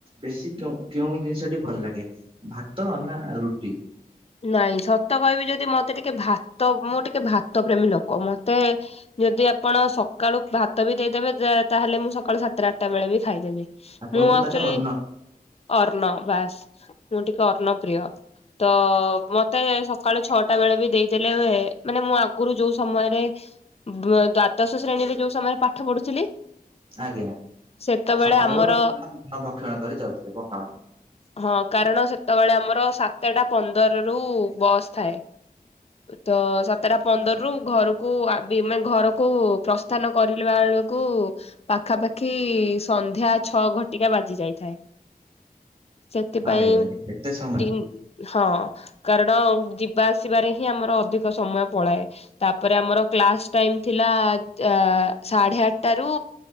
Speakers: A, on the right (about 35°); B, on the left (about 40°).
A: ବେଶୀ କେଉଁ ଜିନିଷ ଭଲ ଲାଗେ ଭାତ ନା ରୁଟି?
B: ନାଇଁ ସତ କହିବି ଯଦି ମତେ ଟିକେ ଭାତ ମୁଁ ଟିକେ ଭାତ ପ୍ରେମୀ ଲୋକ। ମତେ ଯଦି ଆପଣ ସକାଳୁ ଭାତ ବି ଦେଇଦେବେ ତାହେଲେ ମୁଁ ସକାଳୁ ସାତଟ ଆଠଟା ବେଳେ ବି ଖାଇଦେବି।
A: ଆପଣଙ୍କୁ
B: ମୁଁ ଆକ୍ଚୁଆଲି
A: ତାହେଲେ ଅନ୍ନ
B: ଅର୍ଣ୍ଣ ବାସ ମୁଁ ଟିକେ ଅର୍ଣ୍ଣ ପ୍ର୍ରିୟ ତ ମତେ ସକାଳ ଛଅଟା ଟା ବେଳେ ବି ଦେଇଦେଲେ ମାନେ ମୁଁ ଆଗରୁ ଯୋଉ ସମୟରେ ବ୍ ଦ୍ଵାଦଶ ଶ୍ରେଣୀରେ ଯୋଉ ସମୟ ପାଠ ପଢୁଥିଲି
A: ଆଜ୍ଞା
B: ସେତେବେଳେ
A: ସକାଳୁ
B: ଆମର
A: ଭକ୍ଷଣ କରି ଯାଉଥିଲେ ପଖାଳ।
B: ହଁ କାରଣ ସେତେବେଳେ ଆମର ସାତଟା ପନ୍ଦର ରୁ ବସ୍ ଥାଏ।
A: ହ <unintelligible>
B: ତ ସାତଟା ପନ୍ଦରରୁୁ ଘରକୁ ଆ ବି-ମାନେ ଘରକୁ ପ୍ରସ୍ଥାନ କରିଲା ବେଳକୁ ପାଖାପାଖି ସନ୍ଧ୍ୟା ଛଅ ଘଟିକା ବାଜି ଯାଇଥାଏ। ସେଥିପାଇଁ
A: ଆରେ ଆରେ ଏତେ ସମୟ
B: ତିନ୍ ହଁ। କାରଣ ଯିବା ଆସିବାରେ ହିଁ ଆମର ଅଧିକ ସମୟ ପଳାଏ ତାପରେ ଆମର କ୍ଲାସ ଟାଇମ ଥିଲା ଆ-ସାଢେ ଆଠଟା ରୁ